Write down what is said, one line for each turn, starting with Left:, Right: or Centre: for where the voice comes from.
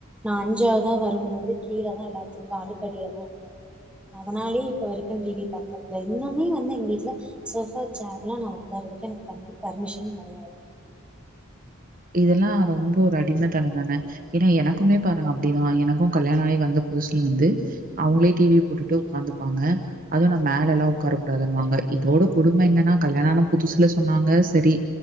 Centre: நா அஞ்சாவுதா வருமோது கீல தா எல்லாத்துக் காலு கடியல தா ஒக்காரு அதனால்யே இப்ப வரிக்கு டீவி பாக் கட்த இன்னமே வந்து எங் வீட்ல சோஃபா சேர்லா நா ஒக்காற்றதுக்கு எனக்கு பங்கி பர்மிஷன் கெடயாது
Right: இதெல்லா ரொம்ப ஒரு அடிமெ தனந்தான ஏனா எனக்குமே பாருங்க அப்டிதா எனக்கு கல்யாண ஆயி வந்தப் புதுஸ்லிந்து அவுங்ளே டீவி போட்டுட்டு உக்காந்துப்பாங்க அது நா மேலெலா உக்காரக்கூடாதுன்வாங்க இதோட கொடும்ம என்னனா கல்யாணன புது உசுல சொன்னாங்க சரி